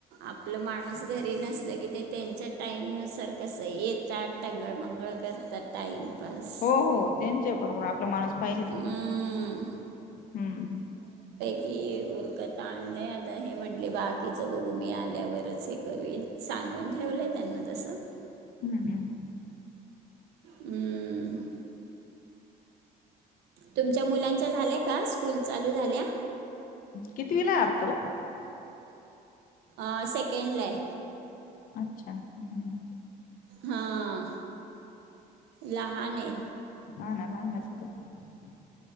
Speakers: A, on the right; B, on the left.
A: आपलं माणूस घरी नसल की ते- त्यांच्या टाईमनुसार कसं? येतात टंगळ मंगळ करतात टाईम- बस.
B: हो हो. त्यांच्या बरोबर आपला माणूस पाहिजे
A: हम्म.
B: ना असं हम्म-
A: कि उरकत आणलंय आता. हे म्हंटले बाकीचं बघू, मी आल्यावरच हे करू. सांगून ठेवलंय त्यांना तसं-
B: हम्म हम्म.
A: हम्म. तुमच्या मुलांच्या झाल्या का? स्कूल चालू झाल्या?
B: कितवीलाए आत्ता तो?
A: आं - सेकंडलाय.
B: अच्छा हम्म.
A: हां -लहान आहे.
B: हा ना - लहानाचंये तो -